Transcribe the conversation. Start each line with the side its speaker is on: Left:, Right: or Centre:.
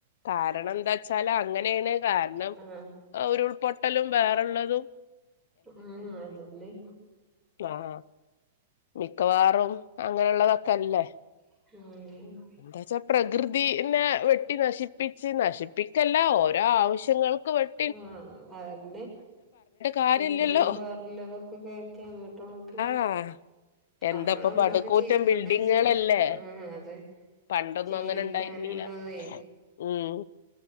Left: കാരണം എന്താ വച്ചാല് അങ്ങനെയാണ് കാരണം
Centre: ആഹ്
Left: ഉരുൾപൊട്ടലും വേറള്ളതും
Centre: ഉം അതന്നെ
Left: ആഹ് മിക്കവാറും അങ്ങനെയുള്ളതൊക്കെല്ലേ
Centre: ഉം
Left: എന്താന്ന് വച്ചാൽ പ്രകൃതിനെ വെട്ടി നശിപ്പിച്ച് നശിപ്പിക്കല്ല ഓരോ ആവശ്യങ്ങൾക്ക് വെട്ടുവ
Centre: ആഹ അതന്നെ
Left: കാര്യല്ലല്ലോ
Centre: ബിൽഡിങ്ങും <unintelligible> അങ്ങോട്ടുമിങ്ങോട്ടും
Left: ആഹ്
Centre: നമ്മള
Left: എന്താപ്പ
Centre: അമ്മക്ക്
Left: പടുകൂറ്റം
Centre: ജീവിക്കണ്ടെ
Left: ബിൽഡിങ്ങുകളല്ലേ
Centre: വച്ചിട്ട് ആഹ് അതെ
Left: പണ്ടൊന്നും
Centre: ജീവിക്കാനുള്ളത്
Left: അങ്ങനെ ഇണ്ടായിരുന്നീല ഉം